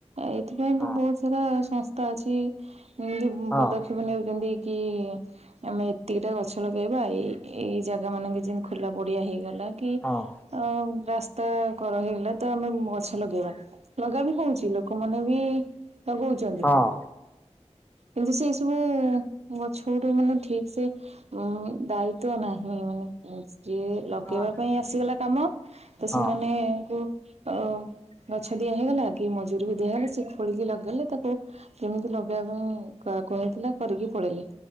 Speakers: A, on the right; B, on the left.
A: ଏଥିପାଇଁ ବି
B: ହଁ
A: ବହୁତ ସାରା ସଂସ୍ଥା ଅଛି ଯେମିତି
B: ହଁ
A: ପଦକ୍ଷେପ ନେଉଛନ୍ତି। କି ଆମେ ଏତିକି ଟା ଗଛ ଲଗେଇବା ଏଇ ଏଇ ଜାଗା ମାନଙ୍କ ଯେମିତି ଖୋଲା ପଡିଆ ହେଇଗଲା କି
B: ହଁ
A: ଆଉ ରାସ୍ତା କର ହେଇଗଲା ତ ଆମେ ଗଛ ଲଗେଇବା ଲଗା ବି ହଉଛି ଲୋକମାନେ ବି ଲଗଉଛନ୍ତି।
B: ହଁ
A: କିନ୍ତୁ ସେଇ ସବୁ ଗଛ ଗଠୁ ମାନେ ଠିକ ସେ ଉଁ ଦାୟିତ୍ୱ ନାହିଁ ମାନେ ଯିଏ ଲଗେଇବା
B: ହଁ
A: ପାଇଁ ଆସିଗଲା କାମ ତ
B: ହଁ
A: ସେମାନେଙ୍କୁ ଅ ଗଛ ଦିଆ ହେଇଗଲା କି ମଜୁରୀ ବି ଦିଆ ହେଲା ସେ ଖୋଳିକି ଲଗେଇଲେ ତାକୁ କେମିତି ଲଗେଇବା ପାଇଁ କୁହାଇଥିଲା କରିକି ପଳେଇଲେ